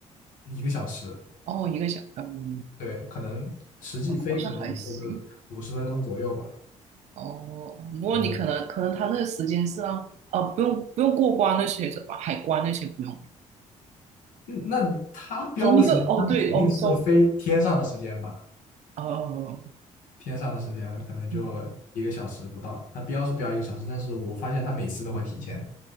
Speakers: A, on the left; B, on the right.
A: 宜，一个小时？
B: 哦，一个小，嗯，
A: 对，可能实际飞可能也就个五十分钟左右吧，
B: 好像还行。哦，哦不过你可能可能他那个时间是让啊，
A: 嗯
B: 呃不用不用过关那些什么海关那些不用，
A: 嗯那他标的时间，
B: 同一个哦对欧洲
A: 那肯定是飞天上的时间吧？
B: 哦
A: 天上的时间可能就一个小时不到，
B: 嗯
A: 它标是标一个小时，但是我发现它每次都会提前